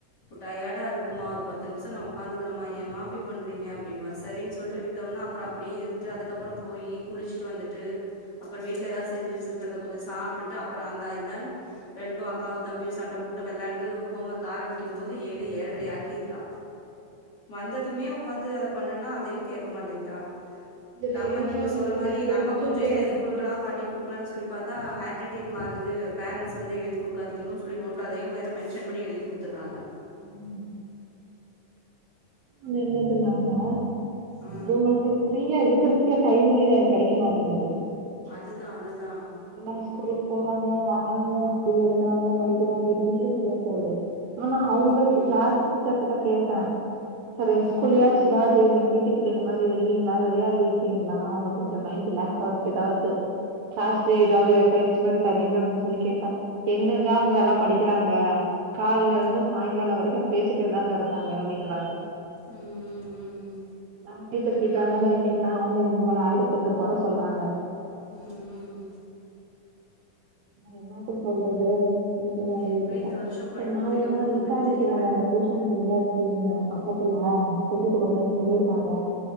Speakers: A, on the left; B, on the right.
A: டயர்டா இருக்குமா ஒரு பத் த்து நிமிசொ நா உக்காந்துக்கரமா ஏமா இப்டி பண்ணுறீங்க அப்படின்னுவா சரின்னு சொல்ட்டு விட்டோம்னா அப்புறம் அப்படியே இருந்துட்டு அதுக்கப்புறம் போய் குளிச்சுட்டு வந்துட்டு அப்புறம் வீட்டில் எதாவது செஞ்சு வெச்சிருக்கிறத கொஞ்சோ சாப்பிட்டுட்டு அப்புறம் அந்தா இந்தானு ரெண்டூ அக்காவும் தம்பியும் சண்ட போட்டு விளாண்டு ஹோம் ஒர்க் ஆரம்பிக்கும் போது ஏழு ஏழரையாக்கிர்றா வந்ததுமே உக்காந்து அத பண்ணுனா அதையு கேட்க மாட்டேங்கிறா
B: இதுல
A: நம்ம
B: எங்க
A: நீங்க சொன்ன
B: உங்களுக்கு
A: மாரி நம்ம கொஞ்சோ
B: கூட
A: எழுதி குடுக்கலா பண்ணி குடுக்கலானு சொல்லி பாத்தா ஹேண்ட் ரைட்டிங் மாறுது பேரன்ட்ஸ் வந்து எழுதி குடுக்காதிங்கனும் சொல்லி நோட்ல அதையும் வேற மென்ஷன் பண்ணி எழுதி குடுத்தர்றாங்க
B: ஆமா ன்னு என்னதுனாக்கா
A: ஆ
B: இவங்களுக்கு ஃப்ரீயா இருக்கிறதுக்கே டைமே கிடைக்க மாட்டங்குது
A: அதுதா அதுதா
B: என்னா ஸ்கூ போறாங்க வராங்க <unintelligible> எடுக்கறாங்க படிக்கிறாங்க இதுலயே சரியா போது ஆமா அவங்கத்து
A: ம் ம்
B: கிளாஸ் டீச்சர்கிட்ட கேட்ட சரு
A: ம்
B: ஸ்கூல்லயாச்சு எதாவது இல்லாட்டி ஃப்ரீ ப்ரீடு மாரி விடுவீங்ளா விளையாட விடுரீங்களா அவுங்க கொஞ்சோ மைண்ட் ரிலாக்ஸ் ஆவ்ருக்கு எதாவது சேர் எதாவது பயிற்சி மாரி தர்ரீங்க அப்படின்னு சொல்லி கேட்டா எங்கெங்க அவுங்க எல்லா படிக்கறாங்க காலைல
A: ம் ம்
B: இருந்து சாயங்காலோ வரைக்கு பேசிட்டு இப்படியே தாங்க இருக்காங்க அப்படிங்கிறாங்க
A: ம் ம் ம்
B: நம டீச்சர் கிட்ட அந்த மாரி கேட்டா அவுங்க இவங்க மேல ஆயிரத்தெட்டு குற சொல்றாங்க
A: உம் உம்
B: வேற என்னத்த சொல்றது <unintelligible>
A: எப்டி இந்த வருஷோ படிப்பு
B: சரி நா
A: முடிக்க
B: வேனா
A: போதுகன்னு
B: விசாரிக்கிறங்க
A: தெரியல
B: டியூஷன்க்கு எங்காச் சேரிங்க பக் கத்துல சொல்லி குடுக்கறன்னு சொல்லிருக்காங்க